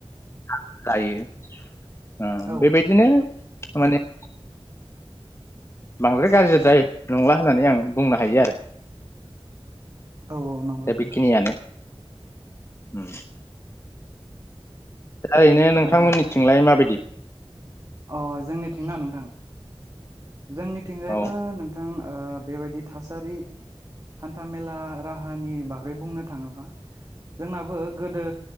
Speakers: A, on the left; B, on the right.
A: <unintelligible> जायो ओ
B: औ
A: बेबायदिनो माने बांद्राय गाज्रिद्राय नंला होननानै आं बुंनो हायो आरो।
B: औ औ नंगौ
A: दा
B: नोंथां।
A: बेखिनियानो उम दा ओरैनो
B: औ
A: नोंथांमोननिथिंलाय माबायदि?
B: अ जोंनिथिंना नोंथां? जोंनिथिंजायबो
A: औ
B: नोंथां ओ बेबायदि थासारि हान्था मेला राहानि बागै बुंनो थाङोबा जोंनाबो गोदो